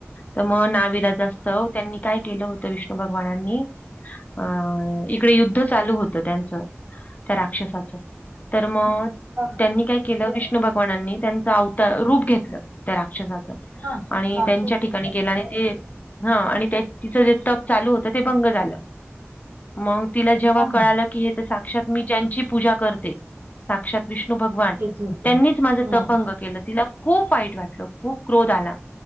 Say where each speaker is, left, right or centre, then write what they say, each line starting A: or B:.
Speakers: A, on the left; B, on the right.
A: त म नाविलाज असं तर त्यांनी काय केलं होतं विष्णू भगवानांनी अ इकडे युद्ध चालू होतं त्यांचं त्या राक्षस तर मग
B: हा, हा,
A: त्यांनी काय केलं विष्णू भगवानांनी त्यांचं आवता रूप घेतलं त्या राक्षसाचं
B: हा.
A: आणि
B: राक्षस
A: त्यांच्या
B: होतो.
A: ठिकाणी गेला आणि ते ‌ हम्म आणि ते तिचं जे तब चालू ‌ होतं ते भंग झालं. मग तिला जेव्हा
B: हा, हा.
A: कळालं की हे तर साक्षात मी ज्यांची पूजा करते साक्षात विष्णू भगवान
B: तेच होते
A: त्यांनीच माझं
B: हा.
A: भंग केलं तिला खूप वाईट वाटलं, खूप क्रोध आला,